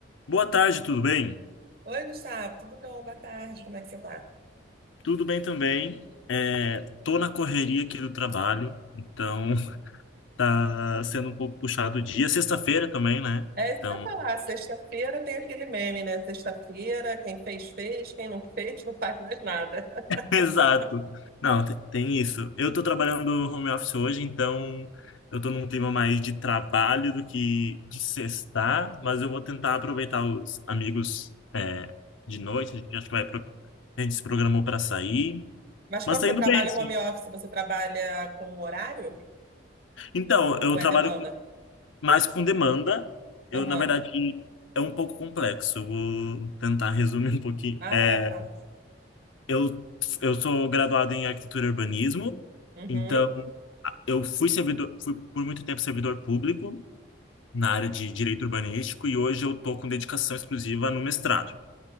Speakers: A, on the left (about 85°); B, on the right (about 50°).
A: Boa tarde, tudo bem?
B: Oi, Gustavo, tudo bom? Boa tarde, como é que você tá?
A: Tudo bem também. É, tô na correria aqui do trabalho, então <laughs> tá sendo um pouco puxado o dia. Sexta-feira também, né?
B: É isso
A: Então,
B: que eu ia falar, sexta-feira tem aquele meme, né? Sexta-feira, quem fez, fez, quem não fez, não faz mais nada. <laughs>
A: <laughs> exato. Não, tem, tem isso. Eu tô trabalhando home office hoje, então eu tô num clima mais de trabalho do que de sextar, mas eu vou tentar aproveitar os amigos, é, de noite. A gente acho que vai pro- A gente se programou para sair,
B: Mas quando
A: mas tá
B: você
A: indo
B: trabalha
A: bem, sim.
B: home office, você trabalha com horário
A: Então, eu
B: ou
A: trabalho
B: é demanda?
A: mas com demanda, eu,
B: Aham.
A: na verdade, é um pouco complexo. Vou tentar resumir <laughs> um pouquinho.
B: Ah,
A: É,
B: é, fala.
A: eu, eu sou graduado em arquitetura e urbanismo,
B: Uhum.
A: então a- eu fui servidor, fui por muito tempo servidor público na área de direito urbanístico e hoje eu tô com dedicação exclusiva no mestrado.